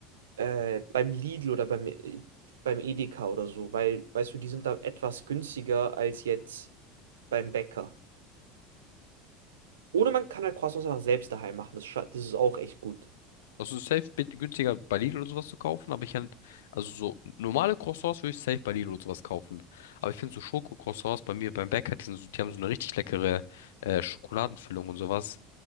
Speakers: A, on the right; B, on the left.
A: äh, beim Lidl oder beim, äh, beim Edeka oder so, weil, weißt du, die sind da etwas günstiger als jetzt beim Bäcker. Oder man kann halt Croissants einfach selbst daheim machen. Das, scha- das ist auch echt gut.
B: Also safe bit- günstiger bei Lidl oder sowas zu kaufen, aber ich halt, also so normale Croissants würde ich safe bei Lidl oder sowas kaufen. Aber ich finde so Schokocroissants bei mir beim Bäcker, die sind so, die haben so eine richtig leckere äh, Schokoladenfüllung und sowas.